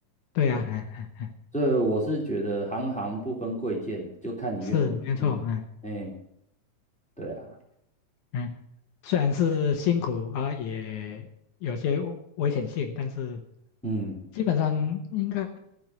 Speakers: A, on the left; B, in the centre.
A: 对啊，
B: 对，
A: 嗯嗯，
B: 所以我是觉得行行不分贵贱，就看你愿不愿意。
A: 是没错，嗯
B: 哎，对啊，
A: 嗯，虽然是辛苦啊，也有些危危险性，但是
B: 嗯。
A: 基本上应该，